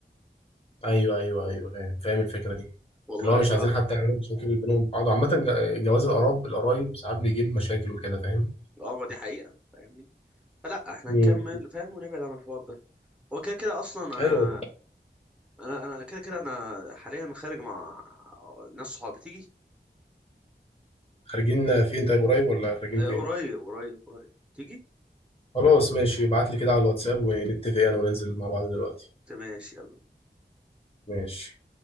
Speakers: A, on the left; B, in the centre.
A: ايوه ايوه ايوه فاهم فاهم الفكره دي
B: والله
A: اللي هو مش عايزين
B: اه
A: حتى يعملوا مشاكل بينهم وبين بعض عامه ج- جواز القراب القرايب ساعات بيجيب مشاكل وكده فاهم؟
B: اه ما دي حقيقة فاهمني فلا احنا
A: مم.
B: نكمل فاهم ونبعد عن الحوار ده هو كده كده اصلا انا
A: ايوه
B: انا انا كده كده انا حاليا خارج مع ناس صحابي تيجي
A: خارجين فين طيب قريب ولا خارجين
B: آه،
A: فين؟
B: قريب قريب قريب تيجي
A: خلاص ماشي ابعت لي كده على الواتساب ونتفق يعني وننزل مع بعض دلوقتي
B: تمام، ماشي يلا
A: ماشي